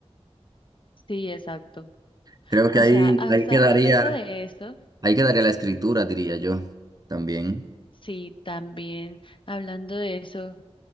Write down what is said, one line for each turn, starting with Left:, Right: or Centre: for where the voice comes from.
Left: Sí, exacto.
Right: Creo que
Left: O
Right: ahí,
Left: sea, hasta
Right: ahí quedaría,
Left: hablando de eso,
Right: ahí quedaría la escritura, diría yo, también.
Left: sí, también hablando de eso,